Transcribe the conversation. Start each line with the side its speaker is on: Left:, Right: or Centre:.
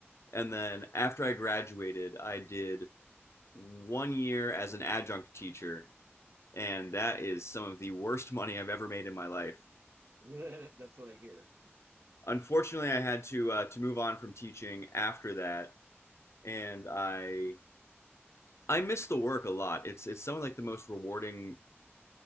Left: And then after I graduated, I did one year as an adjunct teacher and that is some of the worst money I've ever made in my life.
Right: <laughs> That's what I hear.
Left: Unfortunately, I had to uh, to move on from teaching after that, and I I miss the work a lot. It's it's some of like the most rewarding